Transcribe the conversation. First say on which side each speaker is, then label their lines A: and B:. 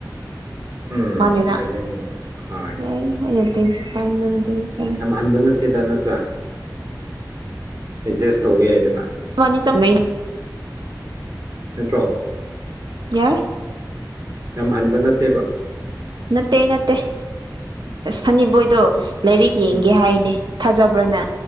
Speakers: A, on the right; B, on the right.
A: ꯎꯝ
B: ꯃꯅꯦꯅ
A: ꯆꯩꯅꯅꯤ
B: <unintelligible>
A: ꯍꯣꯏ ꯃꯍꯟꯕ ꯅꯠꯇꯦꯗ ꯅꯠꯇ꯭ꯔꯥ ꯑꯦꯗꯖꯁ ꯇꯧꯕ ꯌꯥꯏꯗꯅ
B: ꯅꯕꯥꯅꯤ ꯆꯞ ꯃꯥꯟꯅꯩꯌꯦ
A: ꯁꯤꯟꯇ꯭ꯔꯣ
B: ꯌꯥꯏ
A: ꯌꯥꯝ ꯍꯟꯕ ꯅꯠꯇꯦꯕ
B: ꯅꯠꯇꯦ ꯅꯠꯇꯦ ꯑꯁ ꯐꯅꯤꯕꯣꯏꯗꯣ ꯂꯥꯏꯔꯤꯛ
A: ꯎꯝ
B: ꯌꯦꯡꯒꯦ ꯍꯥꯏꯅꯦ ꯊꯥꯖꯕ꯭ꯔꯅꯦ